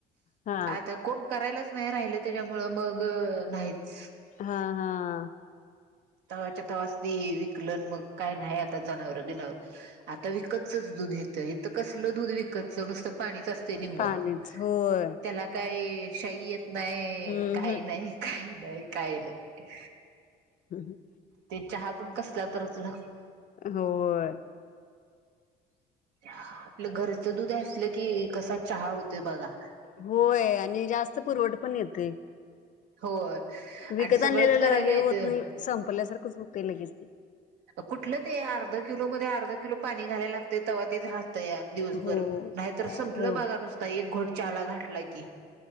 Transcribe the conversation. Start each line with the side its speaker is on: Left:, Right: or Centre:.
Left: हा
Right: आता कोण करायलाच नाही राहिलं त्याच्यामु मग नाहीच
Left: हा हा
Right: तवाच्या तवास विकल मग काय नाही आता जनावर बिनावर आता विकतचच दूध येत इ तर कसलं दूध विकतच नुसतं पाणीच असत निंब
Left: पाणीच
Right: त्याला
Left: होय
Right: काय शाही येत नाही
Left: हम्म
Right: काही नाही काही नाही काही नाही
Left: हम हम
Right: ते चहा पण कसला तर त
Left: होय
Right: आपलं घरच दूध असलं की कसा चहा होतोय बघा
Left: होय आणि जास्त पुरवठ पण येते
Right: होय
Left: विकत
Right: आणि सगळंच
Left: आणलेलं
Right: करायला
Left: हे
Right: येत
Left: होत नाही संपल्यासारखंच होते लगेच ते
Right: कुठलं ते अर्ध किलो मध्ये अर्ध किलो पाणी घालायला लागत तेच राहत या दिवसभर
Left: हो
Right: नाहीतर संपलं
Left: हो
Right: बागा नुसत एक घोट चला घाटला की